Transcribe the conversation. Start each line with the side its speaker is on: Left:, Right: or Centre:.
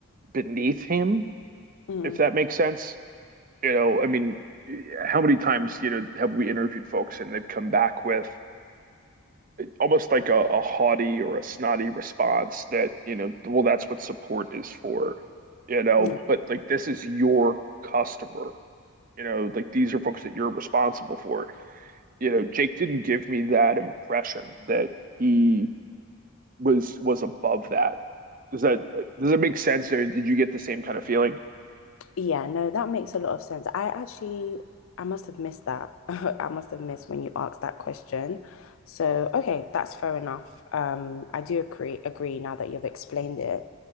Right: beneath him,
Left: Mm.
Right: if that makes sense. You know, I mean, eh, how many times you know have we interviewed folks and they've come back with almost like a, a haughty or a snotty response that you know, well, that's what support is for, you know.
Left: Mm.
Right: But like this is your customer, you know, like these are folks that you're responsible for. You know, Jake didn't give me that impression that he was was above that. Does that does it make sense? Or did you get the same kind of feeling?
Left: Yeah, no, that makes a lot of sense. I actually, I must have missed that. <laughs> I must have missed when you asked that question. So, okay, that's fair enough. Um, I do agree, agree now that you've explained it.